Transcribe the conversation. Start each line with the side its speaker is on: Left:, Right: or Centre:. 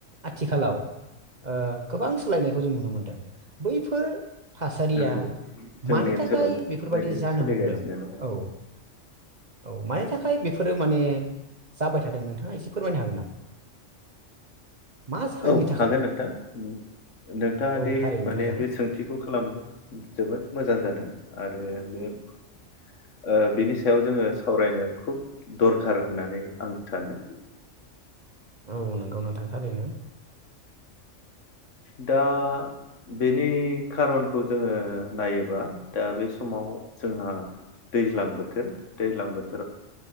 Right: आथिखालाव ओ गोबां सोलायनाय खौ जों नुनो मोनदों बैफोर थासारिया
Left: नंगौ जोंनि
Right: मानि
Left: ओनसोलावबो
Right: थाखाय
Left: बेबायदिनो
Right: बेफोरबादि जानो
Left: सोलिगासिनो
Right: हमदों
Left: दं
Right: औ औ मानि थाखाय बेफोरो माने जाबाय थादों नोंथाङा एसे फोरमायनो हागोन नामा मा जाहोननि
Left: औ
Right: थाखाय
Left: हागोन नोंथां उम नोंथाङा
Right: औ
Left: दि
Right: थारैनो
Left: माने
Right: मोजां
Left: बे सोंथिखौ खालामदों जोबोद मोजां जादों आरो बे ओ बिनि सायाव जोङो सावरायनो खुब दरखार होननानै आं सानो
Right: औ नोंगौ नोंथां थांरैनो
Left: दा बेनि खारनखौ जोङो नायोबा दा बे समाव जोंहा दैज्लां बोथोर दैज्लां बोथोराव